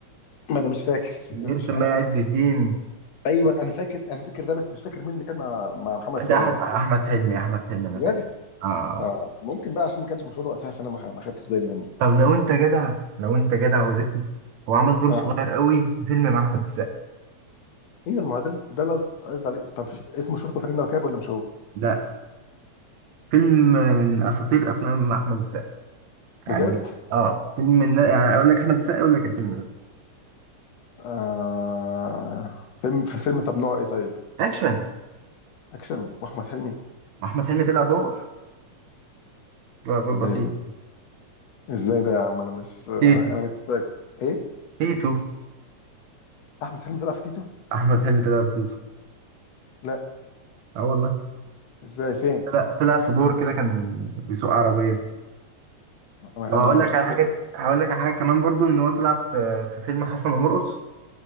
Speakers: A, on the left; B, on the right.
A: ما انا مش فاكر
B: بيرسم
A: انا مش انا
B: باين عز الدين
A: ايوه انا فاكر انا فاكر ده بس مش فاكر مين اللي كان مع مع محمد
B: ده
A: فؤاد
B: أحد- احمد حلمي احمد حلمي انا
A: بجد
B: فاكر اه آه.
A: اه ممكن بقى عشان ما كانش مشهور وقتها فانا ما ما خدتش بالي منه
B: طب لو انت جدع لو انت جدع
A: اه
B: وذكي هو عمل دور
A: اه
B: صغير قوي في فيلم مع احمد السقا
A: ايوه ما هو ده ده اللي قصد- قصدي عليه طب ش- اسمه شرطه فريد لوكاب ولا مش هو
B: لا فيلم من اساطير افلام مع احمد السقا يعني
A: بجد
B: اه فيلم من يعني اقول لك احمد السقا يقول لك الفيلم ده
A: آه فيلم في فيلم طب نوعه ايه طيب
B: اكشن
A: اكشن واحمد حلمي
B: احمد حلمي طلع دور طلع دور
A: ازاي
B: بسيط
A: ده ازاي ده يا عم انا مش
B: تيتو
A: انا مش فاكر ايه
B: تيتو
A: احمد حلمي طلع في تيتو
B: احمد حلمي طلع في تيتو
A: لا
B: اه والله
A: ازاي فين
B: لا طلع في دور كده كان بيسوق عربيه
A: انا
B: طب هقول لك
A: ما خدتش
B: على حاجه
A: بالي.
B: هقول لك على حاجه كمان برضو ان هو طلع في في فيلم حسن ومرقص